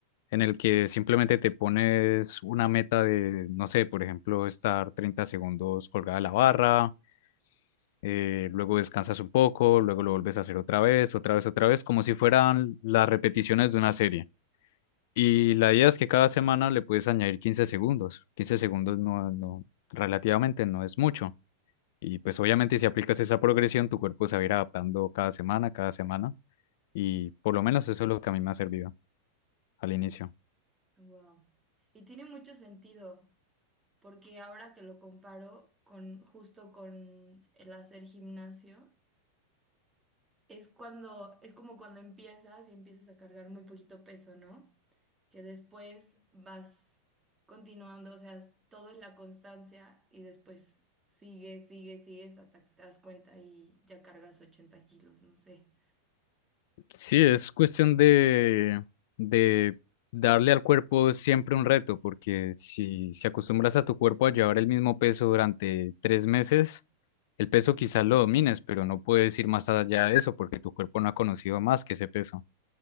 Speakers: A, on the left (about 50°); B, on the right (about 15°).
A: en el que simplemente te pones una meta de, no sé, por ejemplo, estar 30 segundos colgada de la barra, eh, luego descansas un poco, luego lo vuelves a hacer otra vez, otra vez, otra vez, como si fueran las repeticiones de una serie. Y la idea es que cada semana le puedes añadir 15 segundos. 15 segundos no, no, relativamente no es mucho. Y pues obviamente si aplicas esa progresión, tu cuerpo se va a ir adaptando cada semana, cada semana. Y por lo menos eso es lo que a mí me ha servido al inicio.
B: Wow. Y tiene mucho sentido, porque ahora que lo comparo con justo con el hacer gimnasio, Es cuando, es como cuando empiezas y empiezas a cargar muy poquito peso, ¿no? Que después vas continuando, o sea, todo es la constancia y después sigues, sigues, sigues hasta que te das cuenta y ya cargas 80 kilos, no sé.
A: Sí, es cuestión de, de darle al cuerpo siempre un reto, porque si, si acostumbras a tu cuerpo a llevar el mismo peso durante tres meses, el peso quizás lo domines, pero no puedes ir más allá de eso, porque tu cuerpo no ha conocido más que ese peso.